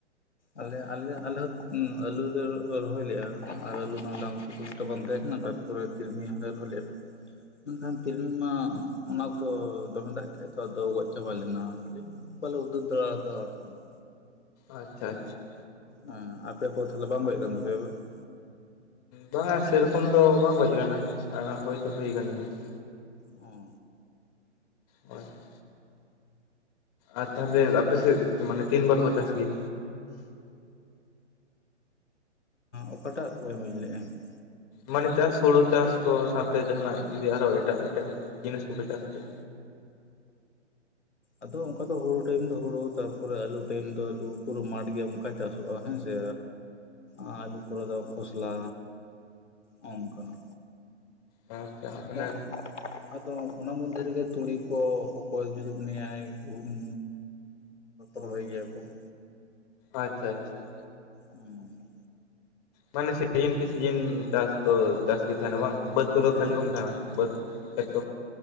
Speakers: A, on the left; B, on the left.
A: ᱟᱞᱮ ᱟᱞᱮ ᱟᱞᱮ ᱦᱚᱸ ᱟᱞᱩ ᱞᱮ ᱨᱚᱦᱚᱭ ᱞᱮᱫᱼᱟ ᱟᱨ ᱟᱹᱞᱩ ᱨᱮᱱᱟᱜ ᱫᱟᱢ ᱠᱚ ᱾ ᱵᱟᱝ ᱛᱟᱦᱮ ᱠᱟᱱᱟ ᱛᱟᱨᱯᱚᱨ ᱛᱤᱞᱢᱤ ᱦᱟᱸᱜᱟᱨ ᱦᱚ ᱞᱮᱜ ᱟ ᱢᱮᱱᱠᱷᱟᱱ ᱛᱤᱞᱢᱤᱧ ᱢᱟ ᱚᱱᱟ ᱚᱠᱛᱚ ᱫᱚᱢᱮ ᱫᱟᱜ ᱠᱮᱜ ᱟ ᱛᱚ ᱟᱫᱚ ᱜᱚᱡ ᱪᱟᱵᱟ ᱞᱮᱱᱟ ᱛᱤᱞᱤᱢᱤ ᱾ ᱵᱟᱞᱮ ᱩᱫᱷᱟᱹᱨ ᱫᱟᱲᱮ ᱟᱫᱟ ᱟᱨᱠᱤ ᱾
B: ᱟᱪᱪᱷᱟ ᱟᱪᱪᱷᱟ ᱾
A: ᱦᱮᱸ ᱟᱯᱮ ᱠᱚ ᱛᱚᱦᱚᱞᱮ ᱵᱟᱝ ᱦᱚᱭ ᱟᱠᱟᱱ ᱛᱟᱯᱮᱭᱟ ᱵᱟᱝ ᱾
B: ᱵᱟᱝᱟ ᱥᱮᱨᱚᱠᱚᱢ ᱫᱚ ᱵᱟᱝ ᱜᱚᱡ ᱟᱠᱟᱱᱟ ᱦᱳᱭ ᱫᱳ ᱦᱩᱭ ᱟᱠᱟᱱ ᱜᱮᱭᱟ ᱾
A: ᱚ ᱾
B: ᱦᱳᱭ ᱾ ᱟᱨ ᱛᱟᱦᱚᱞᱮ ᱟᱯᱮ ᱥᱮᱫ ᱢᱟᱱᱮ ᱛᱤᱱ ᱵᱟᱨ ᱠᱚ ᱪᱟᱥ ᱜᱮᱭᱟ?
A: ᱚᱠᱟᱴᱟᱜ ᱵᱟ ᱹᱧ ᱵᱩᱡᱽ ᱞᱮᱫᱼᱟ ᱾
B: ᱢᱟᱱᱮ ᱪᱟᱥ ᱦᱩᱲᱩ ᱪᱟᱥ ᱠᱚ ᱥᱟᱶᱛᱮ ᱡᱟᱦᱟᱱᱟᱜ ᱡᱩᱫᱤ ᱟᱨᱦᱚᱸ ᱮᱴᱟᱜ ᱮᱴᱟᱜ ᱡᱤᱱᱤᱥ ᱠᱚᱯᱮ ᱪᱟᱥ ᱜᱮᱭᱟ?
A: ᱟᱫᱚ ᱚᱱᱠᱟ ᱫᱚ ᱦᱩᱲᱩ ᱴᱟᱭᱤᱢ ᱫᱚ ᱦᱩᱲᱩ ᱛᱟᱨᱯᱚᱨᱮ ᱟᱞᱩ ᱴᱟᱭᱤᱢ ᱫᱚ ᱟᱞᱩ ᱯᱩᱨᱟᱹ ᱢᱟᱴᱷ ᱜᱮᱭᱟ ᱚᱱᱠᱟᱟᱭ ᱪᱟᱥ ᱼᱟ ᱦᱮᱸᱥᱮ ᱟᱨ ᱟᱞᱩ ᱯᱚᱨᱮ ᱫᱚ ᱠᱷᱚᱥᱞᱟ ᱦᱚᱸᱜᱝᱠᱟ ᱾
B: ᱟᱪᱪᱷᱟ ᱢᱟᱱᱮ
A: <unintelligible> ᱟᱫᱚ ᱚᱱᱟ ᱢᱚᱫᱽᱫᱷᱮ ᱨᱮᱜᱮ ᱛᱩᱲᱤ ᱠᱚ ᱚᱠᱚᱭ ᱡᱩᱫᱤ ᱢᱚᱱᱮᱭᱟᱭ ᱜᱩᱦᱩᱢ, ᱨᱳᱦᱚᱭ ᱜᱮᱭᱟ ᱠᱚ ᱾
B: ᱟᱪᱪᱷᱟ ᱟᱪᱪᱷᱟ ᱾
A: ᱦᱩᱸ ᱾
B: ᱢᱟᱱᱮ ᱥᱤᱡᱤᱱ ᱠᱤ ᱥᱤᱤᱡᱤᱱ ᱪᱟᱥ ᱫᱚ ᱾ ᱪᱟᱥ ᱜᱮ ᱛᱟᱦᱮᱱᱟ ᱵᱟᱝ ᱵᱟᱹᱫᱽ ᱠᱚᱫᱚ
A: ᱦᱮᱸ
B: ᱠᱷᱟᱹᱞᱤ ᱵᱟᱝ ᱛᱟᱦᱮᱱᱟ ᱵᱟᱹᱫᱽ ᱠᱷᱮᱛ ᱠᱚ᱾